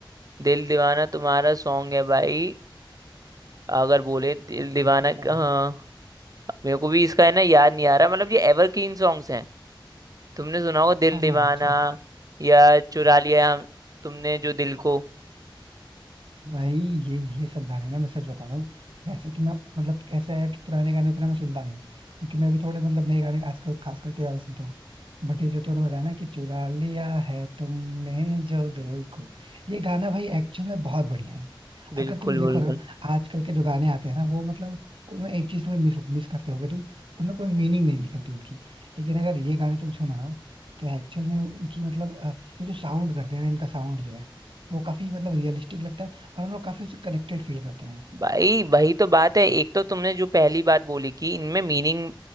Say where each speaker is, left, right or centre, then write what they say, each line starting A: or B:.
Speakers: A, on the right; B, on the right.
A: दिल दीवाना तुम्हारा सॉन्ग है भाई अगर बोले दिल
B: हाँ
A: दीवाना
B: किसका है
A: हाँ मेरे को भी इसका है ना याद नहीं आ रहा मतलब ये एवरग्रीन सॉन्ग्स हैं तुमने सुना होगा दिल
B: हाँ
A: दीवाना
B: हाँ अच्छा
A: या चुरा लिया हम तुमने जो दिल को
B: भाई ये ये सब गाने ना मैं सच बता रहा हूँ वैसे तो मैं मतलब ऐसा है कि पुराने गाने उतना मैं सुनता नहीं क्योंकि मैं भी थोड़े मतलब नए गाने आजकल खास करके ज्यादा सुनता हूँ बट ये जो तूने बताया ना कि चुरा लिया है तुमने जो दिल को ये गाना भाई एक्चुअल में बहुत बढ़िया है
A: बिल्कुल
B: अगर तुम देखो
A: बिल्कुल
B: ना आजकल के जो गाने आते हैं ना वो मतलब उनमें एक चीज तुम्हें मिस मिस करते होगे तुम उनमें कोई मीनिंग नहीं निकलती उनकी लेकिन अगर ये गाने तुम सुनो ना तो एक्चुअल में इनकी मतलब अ, ये जो साउंड करते हैं ना इनका साउंड जो है वो काफी मतलब रियलिस्टिक लगता है और हम लोग काफी उससे कनेक्टेड फील करते हैं
A: भाई वही तो बात है एक तो तुमने जो पहली बात बोली कि इनमें मीनिंग